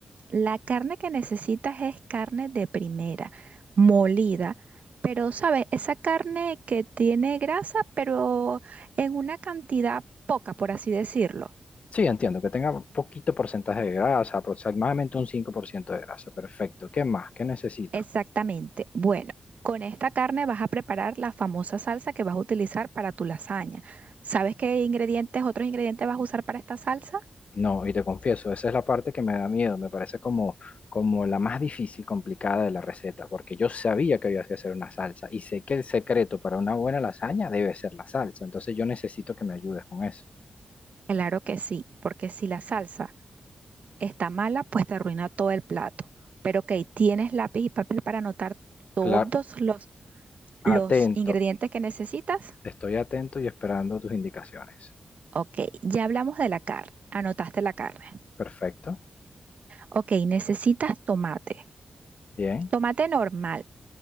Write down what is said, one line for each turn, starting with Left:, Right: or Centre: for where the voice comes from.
Right: La carne que necesitas es carne de primera, molida, pero sabes, esa carne que tiene grasa, pero en una cantidad poca, por así decirlo.
Left: Sí, entiendo, que tenga poquito porcentaje de grasa, aproximadamente un 5% de grasa, perfecto. ¿Qué más? ¿Qué necesito?
Right: Exactamente. Bueno, con esta carne vas a preparar la famosa salsa que vas a utilizar para tu lasaña. ¿Sabes qué ingredientes, otros ingredientes vas a usar para esta salsa?
Left: No, y te confieso, esa es la parte que me da miedo, me parece como, como la más difícil, complicada de la receta, porque yo sabía que había que hacer una salsa y sé que el secreto para una buena lasaña debe ser la salsa, entonces yo necesito que me ayudes con eso.
Right: Claro que sí, porque si la salsa está mala, pues te arruina todo el plato. Pero ok, ¿tienes lápiz y papel para anotar todos
Left: Claro,
Right: los, los
Left: atento,
Right: ingredientes que necesitas?
Left: estoy atento y esperando tus indicaciones.
Right: Ok, ya hablamos de la carne. Anotaste la carne.
Left: Perfecto,
Right: Ok, necesitas tomate.
Left: bien,
Right: Tomate normal.